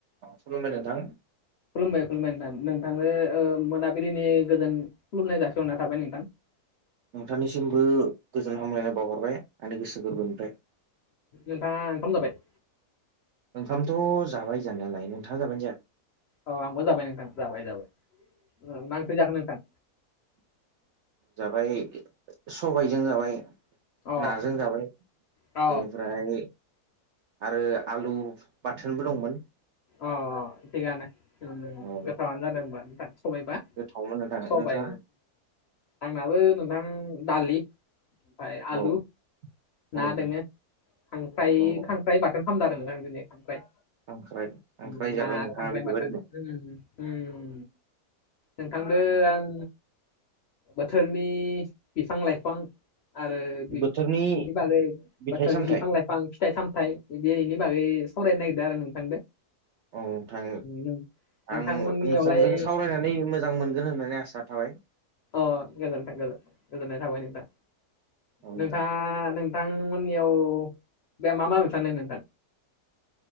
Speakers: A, on the right; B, on the left.
A: अ खुलुमबाय नोंथां।
B: खुलुमबाय खुलुमबाय नोंथां नोंथांनो ओ मोनाबिलिनि गोजोन खुलुमनाय जासि दना थाबाय नोंथां।
A: नोंथांनिसिमबो गोजोन हामलायनाय बावहरबाय आंनि गोसो गोरबोनिफ्राय।
B: नोंथाङा ओंखाम जाबाय?
A: ओंखामथ' जाबाय जानायालाय नोंथाङा जाबायना जाया?
B: औ आंबो जाबाय नोंथां जाबाय जाबाय मा ओंख्रि जाखो नोंथां?
A: जाबाय सबायजों जाबाय।
B: अ
A: नाजों जाबाय
B: अ
A: बेनिफ्राय आरो आलु बाथोनबो दंमोन।
B: अ अ थिगानो। गोथावानो
A: औ
B: जादों होनबा नोंथां सबायबा
A: गोथावमोन नोंथां
B: सबाइ
A: नोंथाङा
B: आंनाबो नोंथां दालि फाय आलु
A: औ औ
B: ना
A: नोंथां
B: दोङो। खांख्राइ
A: औ औ
B: खांख्राइ बाथोन खालादों आरो नोंथां दिनै खांख्राइ।
A: खांख्राइ। खांख्राइ
B: ना
A: जाबाय नोंथाङा
B: खांख्राइ
A: बिदिबायदिनो
B: बाथोन उम उम। नोंथांदो आं बोथोरनि बिफां लाइफां आरो बि
A: बोथोरनि
B: बिनि बागै
A: फिथाइ
B: बोथोरनि
A: सामथाइ
B: बिफां लाइफां फां फिथाइ सामथाय बिदिनि बागै सावरायनो नागिरदों आरो नोंथांदो।
A: औ नोंथां
B: नों नोंथांमोननियावलाय
A: आं नोंथांजों सावरायनानै नै मोजां मोनगोन होननानै आसा थाबाय।
B: अ गोजोन्थों गोजोन्थों गोजोननाय थाबाय नोंथां
A: औ
B: नोंथाङा
A: नोंथां
B: नों थांमोननियाव बे मा मा बे साननो नोंथां?